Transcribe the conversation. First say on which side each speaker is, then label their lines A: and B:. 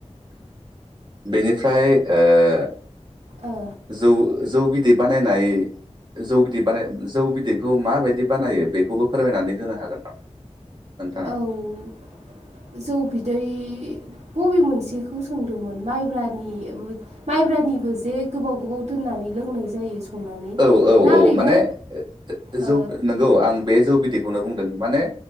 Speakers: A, on the right (about 40°); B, on the right (about 70°).
A: बेनिफ्राय ओ-जौ
B: औ
A: जौ बिदै बानायनाय। जौ बिदै बानाय जौ बिदैखौ माबायदि बानायो बेखौबो फोरमायनानै होनो हागोन नामा? नोंथाङा?
B: औ जौ बिदै। बबे मोनसेखौ सोंदोंमोन माइब्रानि माइब्रानिबो जे गोबाव गोबाव दोननानै लोंनाय जायो। संनानै
A: औ औ
B: ना
A: औ
B: ओरैनो
A: माने जौ
B: औ
A: नंगौ आं बे जौ बिदैखौनो बुंदों। माने